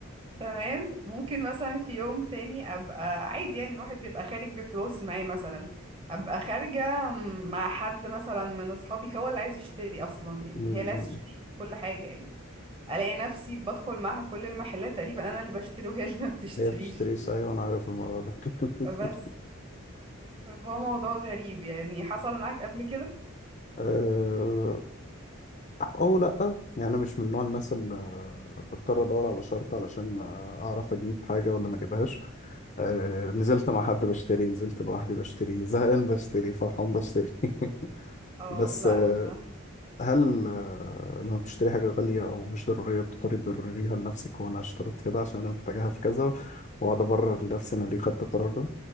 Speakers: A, on the right (about 25°); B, on the left (about 35°).
A: تمام ممكن مثلا في يوم تاني أبقى عادي يعني الواحد بيبقى خارج بفلوس معي مثلا أبقى خارجة مع حد مثلا من أصحابي هو اللي عايز يشتري أصلا يعني
B: مم.
A: هي اللي عايز تشتري كل حاجة يعني ألاقي نفسي بدخل معاها كل المحلات تقريبا أنا اللي بشتري وهي اللي ما بتشتريش
B: هي بتشتري أيوة أنا عارف الموضوع ده
A: بس
B: <laughs>
A: فهو موضوع غريب يعني حصل معاك قبل كده
B: أه... او لا يعني انا مش من نوع الناس اللي بضطر ادور على شرط علشان اعرف اجيب حاجه ولا ما اجيبهاش آه، نزلت مع حد بشتري نزلت لوحدي بشتري زهقان بشتري فرحان بشتري <laughs>
A: اه
B: بس
A: لا
B: آه، هل آه، لما بتشتري حاجه غاليه او مش ضروريه بتضطري تبرريها لنفسك وانا اشتريت كده عشان انا محتاجاها في كذا واقعد ابرر لنفسي انا ليه خدت القرار ده